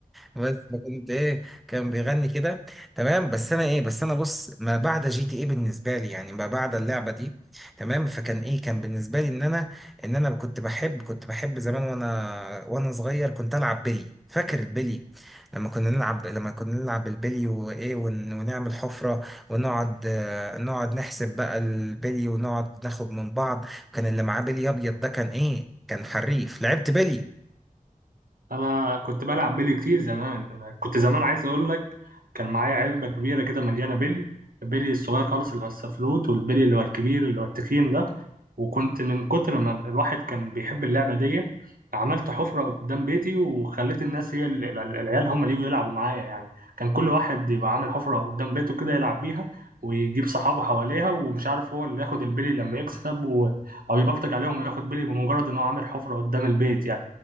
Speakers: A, in the centre; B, on the right.
A: بس فكنت ايه كان بيغني كده تمام بس انا ايه بس انا بص ما بعد جي تي ايه بالنسبه لي يعني ما بعد اللعبه دي تمام فكان ايه كان بالنسبه لي ان انا ان انا كنت بحب كنت بحب زمان وانا وانا صغير كنت العب بيلي فاكر البيلي لما كنا نلعب لما كنا نلعب البلي وايه ون... ونعمل حفره ونقعد آه، نقعد نحسب بقى البلي ونقعد ناخد من بعض كان اللي معاه بلي ابيض ده كان ايه كان حريف لعبت بلي
B: انا كنت بلعب بيلي كتير زمان انا كنت زمان عايز اقول لك كان معايا علبه كبيره كده مليانه بيلي البيلي الصغير خالص اللي هو السفلوت والبيلي اللي هو الكبير اللي هو التخين ده وكنت من كتر ما الواحد كان بيحب اللعبه دي عملت حفره قدام بيتي وخليت الناس هي ال- ال- العيال هم اللي يجوا يلعبوا معايا يعني كان كل واحد يبقى عامل حفره قدام بيته كده يلعب بيها ويجيب صحابه حواليها ومش عارف هو اللي ياخد البيلي لما يكسب و... او يبلطج عليهم وياخد بيلي بمجرد ان هو عامل حفره قدام البيت يعني